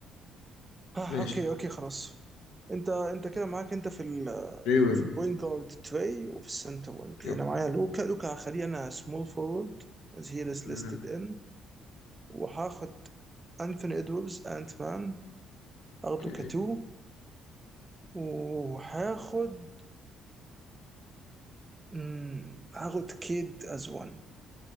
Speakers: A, on the right; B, on the left.
A: آه
B: ماشي
A: اوكي اوكي خلاص انت انت كده معاك انت في ال
B: تري ويمبي
A: في البوينت جارد تري وفي السنتر وينج
B: يب
A: انا معايا لوكا لوكا هخليه انا سمول فورورد as he is
B: مم،
A: listed in وهاخد انثوني ادوردز انت مان هاخده
B: اوكي
A: كتو وهاخد مم، هاخد كيد از وان